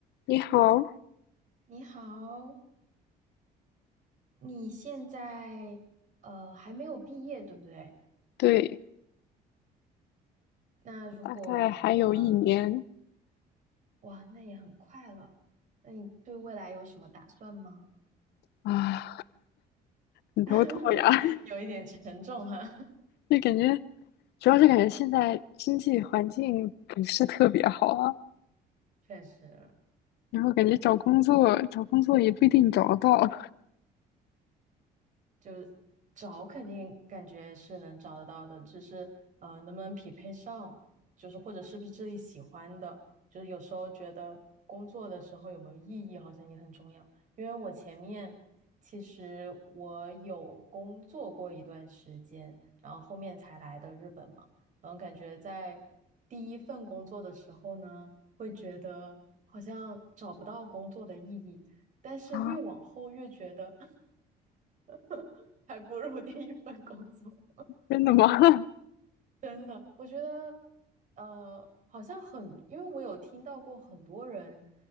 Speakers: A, on the left; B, on the right.
A: 你好，
B: 你好，你现在呃还没有毕业，对不对？
A: 对，
B: 那如果呃
A: 大概还有一年
B: 哇，那也很快了。那你对未来有什么打算吗？
A: 啊，很头痛呀。
B: <laughs>
A: <laughs>
B: 有一点沉重哈，
A: 就感觉，主要是感觉现在经济环境不是特别好啊，
B: <laughs> 确实。
A: 然后感觉找工作，找工作也不一定找得到
B: 就找肯定感觉是能找得到的，只是呃能不能匹配上，就是或者是不是自己喜欢的，就是有时候觉得工作的时候有没有意义好像也很重要。因为我前面其实我有工作过一段时间，然后后面才来的日本嘛，然后感觉在第一份工作的时候呢，会觉得好像找不到工作的意义，但是越往后越觉得。
A: 啊。
B: <laughs> 还不如 <laughs> 第一份工作。
A: 真的吗？
B: 真的，我觉得，呃，好像很，因为我有听到过很多人，